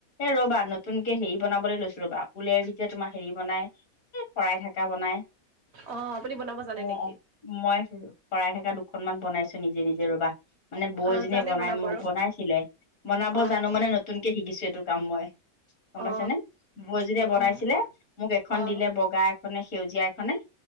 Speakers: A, on the left; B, on the right.
A: এ ৰবা নতুনকে হেৰি বনাবলৈ লৈছো ৰবা উলেৰে যেতিয়া তোমাৰ হেৰি বনাই, শৰাই থকা বনাই,
B: অ আপুনি বনাব জানে
A: ম
B: নেকি
A: ও মই শৰাই থকা দুখনমান বনাইছো নিজে নিজে ৰবা মানে বৌজনীয়ে
B: অ জানে
A: বনাই
B: বনাব
A: ম ও
B: আৰু
A: বনাইছিলে। বনাব
B: অ
A: জানো মানে নতুনকে শিকিছো এইটো কাম মই। গম পাইছা
B: অ
A: নে বৌ এজনীয়ে
B: উম
A: বনাইছিলে
B: উম
A: মোক এখন
B: অ
A: দিলে বগা এখনে সেউজীয়া এখনে